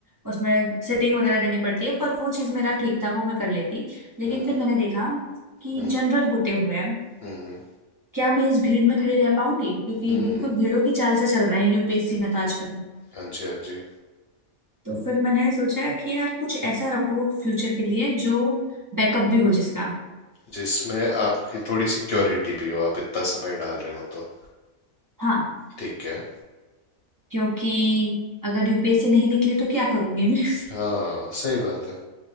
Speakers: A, on the right (about 20°); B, on the left (about 55°).
A: उसमें सेटिंग वगैरह देनी पड़ती है पर वो चीज मेरा ठीक था वो मैं कर लेती लेकिन
B: हम्म हम्म
A: फिर मैंने देखा कि
B: हम्म
A: जनरल होते हुए
B: हम्म
A: क्या मैं इस भीड़ में खड़ी रह पाऊंगी क्योंकि
B: हम्म,
A: बिल्कुल भीड़ों की चाल से चल रहे हैं यूपीएससी में तो आजकल
B: हाँ जी हाँ जी
A: तो फिर मैंने सोचा कि यार कुछ ऐसा रखो फ्यूचर के लिए जो बैकअप भी हो जिसका
B: जिसमें आपकी थोड़ी सिक्योरिटी भी हो आप इतना समय डाल रहे हो तो
A: हाँ
B: ठीक है
A: क्योंकि अगर यूपीएससी नहीं निकले तो क्या करूंगी मैं
B: हाँ सही बात है